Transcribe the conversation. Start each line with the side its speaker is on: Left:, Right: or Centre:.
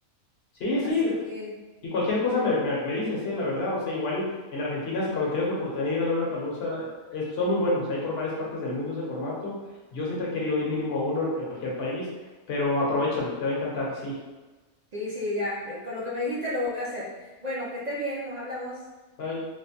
Left: Sí,
Right: Así
Left: sí,
Right: que,
Left: y cualquier cosa me, me, me dices, eh, la verdad, o sea, igual en Argentina, si cuando tienes la oportunidad de ir a Lollapalooza, es, son muy buenos, hay por varias partes del mundo ese formato, yo siempre he querido ir mínimo a uno en en cualquier país, pero aprovéchalo, te va a encantar, sí.
Right: sí, sí, ya, con lo que me dijiste lo voy a hacer. Bueno, que estés bien, nos hablamos.
Left: Bye.